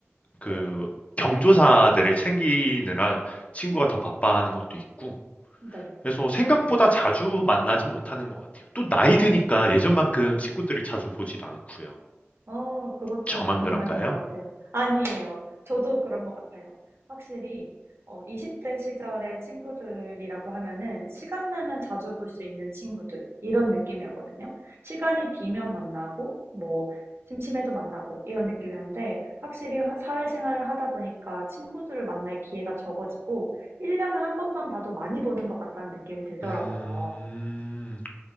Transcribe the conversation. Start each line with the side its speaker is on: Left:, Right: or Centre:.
Left: 그,
Right: 네.
Left: 경조사들을 챙기느라 친구가 더 바빠하는 것도 있고,
Right: 네.
Left: 그래서 생각보다 자주 만나진 못하는 것 같아요. 또 나이
Right: 어,
Left: 드니까 예전만큼 친구들을 자주 보지도 않고요.
Right: 어, 그것도
Left: 저만
Right: 맞는
Left: 그런가요?
Right: 말인 것 같아요. 아니에요. 저도 그런 것 같아요. 확실히, 어, 20대 시절의 친구들이라고 하면은, 시간 나면 자주 볼 수 있는 친구들, 이런 느낌이었거든요. 시간이 비면 만나고, 뭐, 심심해도 만나고, 이런 느낌이었는데, 확실히 화- 사회생활을 하다 보니까 친구들을 만날 기회가 적어지고, 1년에 한 번만 봐도 많이 보는 것 같다는 느낌이 들더라고요.
Left: 음,